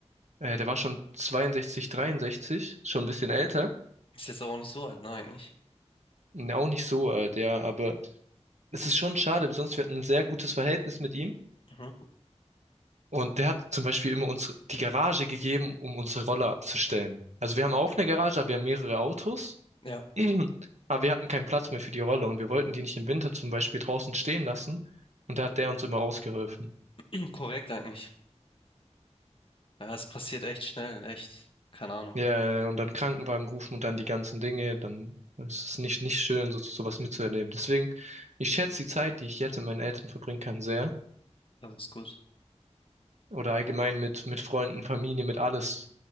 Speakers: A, on the right; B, on the left.
A: Äh, der war schon 62, 63, schon ein bisschen älter.
B: Ist jetzt aber auch nicht so alt, ne, eigentlich.
A: N- Auch nicht so alt, ja, aber es ist schon schade, sonst wir hatten ein sehr gutes Verhältnis mit ihm.
B: Mhm,
A: Und der hat zum Beispiel immer uns die Garage gegeben, um unsere Roller abzustellen. Also wir haben
B: okay.
A: auch eine Garage, aber wir haben mehrere Autos.
B: Ja,
A: <clears throat> Aber wir hatten keinen Platz mehr für die Roller und wir wollten die nicht im Winter zum Beispiel draußen stehen lassen. Und da hat der uns immer ausgeholfen.
B: <clears throat> korrekt eigentlich. Ja, es passiert echt schnell, echt. Keine Ahnung.
A: Ja, ja, ja, und dann Krankenwagen rufen und dann die ganzen Dinge, dann ist es nicht, nicht schön, so, so, sowas mitzuerleben. Deswegen, ich schätze die Zeit, die ich jetzt mit meinen Eltern verbringen kann, sehr.
B: Das ist gut.
A: Oder allgemein mit, mit Freunden, Familie, mit alles.